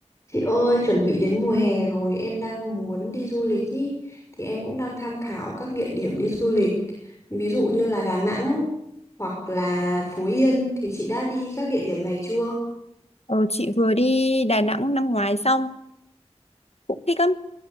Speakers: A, on the left; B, on the left.
A: Chị ơi, chuẩn bị đến mùa hè rồi, em đang muốn đi du lịch ý, thì em cũng đang tham khảo các địa điểm đi du lịch. Ví dụ như là Đà Nẵng hoặc là Phú Yên thì chị đã đi các địa điểm này chưa?
B: Ờ, chị vừa đi Đà Nẵng năm ngoái xong cũng thích lắm.